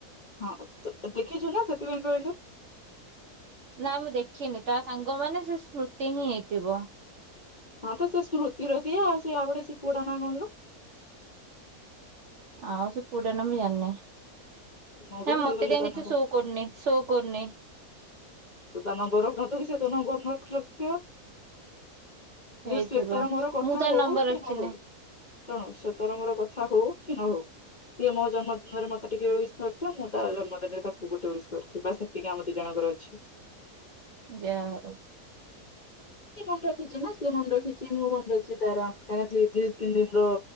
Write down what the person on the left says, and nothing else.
ହଁ ତୁ ତୁ ଦେଖିଚୁନା ସେଥିପାଇଁ କହିଲୁ?
ହଁ ତ ସେସ୍ମୃତିର ଦିଏ ଆଉ ସେ ଆଉ ଗୋଟେ ସେପୁଅଟା ନା କଣଲୋ?
ମୁଁ
ବି ଭୁଲିଗଲି
ତା
ନାଁ ଟା
ତୁ ତାନମ୍ବର ରଖନଥିବୁ ସେତ ନମ୍ବର ନ ରଖିନଥିବ।
ଯେ ଶ୍ଵେତାର ମୋର କଥା
ହଉକି
ନହଉ। ଶୁଣ ଶ୍ଵେତର ମୋର କଥା ହଉକି ନହଉ ସେ ମୋ ଜନ୍ମଦିନରେ ମତେ ଟିକେ ଉଇସ୍୍ କରିଥିବ ମୁଁ ତା ଜନ୍ମଦିନରେ ତାକୁ ଗୋଟେ ଉଇସ୍ କରିଥିବି ବାସ୍ ଏତିକି ଆମ ଦିଜଣଙ୍କର ଅଛି
ସେମନ ରଖିଚିନା ସେମନ ରଖି ଚି ମୁମନେ ରଖିଚି ତାର କାହିଁକିନା ଦି ତିନି ଦିନ ର